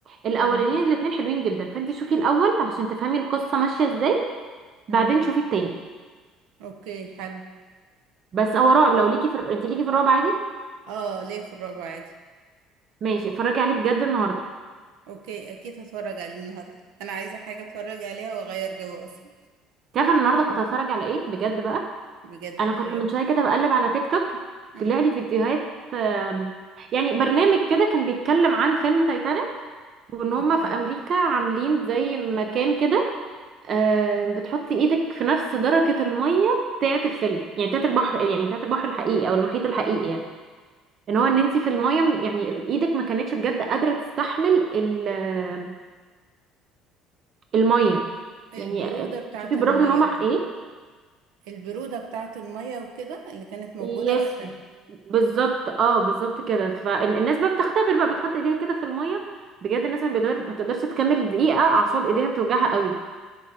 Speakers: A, on the right; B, on the right.
A: الاولانيين
B: مم.
A: الاثنين حلوين جدا فانت شوفي الاول علشان تفهمي القصه ماشيه ازاي
B: مم.
A: بعدين شوفي التاني
B: اوكي حلو
A: بس هو رعب لو ليكي في الر- انت ليكي في الرعب عادي
B: اه ليه في الرابع عادي
A: ماشي اتفرجي عليه بجد النهارده
B: اوكي اكيد هتفرج عليه النهارده انا عايزة حاجة اتفرج عليها واغير جو اصلا
A: انت عارفه أنا النهارده كنت هتفرج على ايه بجد بقى
B: بجد
A: انا
B: اتفرج.
A: كنت من شويه كده بقلب على تيك توك
B: مم.
A: طلع لي فيديوهات آم، يعني برنامج كده كان بيتكلم عن فيلم تايتانيك وان هما
B: اوكي
A: في امريكا عاملين زي مكان كده آه، بتحطي ايدك في نفس درجة المية بتاعة الفيلم يعني بتاعة البحر يعني بتاعة البحر الحقيقي او المحيط الحقيقي يعني ان
B: اوكي
A: هو ان انت في المية يعني ال- ايدك ما كانتش بجد قادرة تستحمل ال- آه، المية
B: البرودة
A: يعني آه،
B: بتاعة
A: شوفي بالرغم
B: المية
A: ان هما
B: وكده
A: ايه
B: البرودة بتاعة المية وكده اللي كانت موجودة
A: يس
B: وقتها
A: بالظبط اه بالظبط كده فالناس بقى بتختبر بقى بتحط ايديها كده في المية بجد الناس ما بيقدر ما بتقدرش تكمل دقيقة اعصاب ايديها بتوجعها قوي